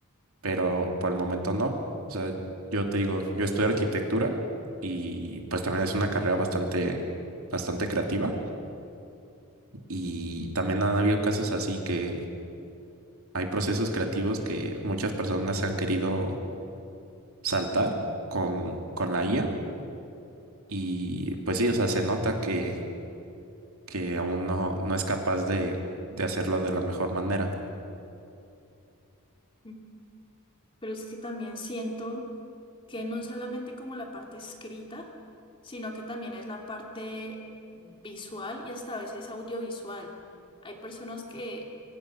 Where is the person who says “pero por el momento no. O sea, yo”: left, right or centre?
Right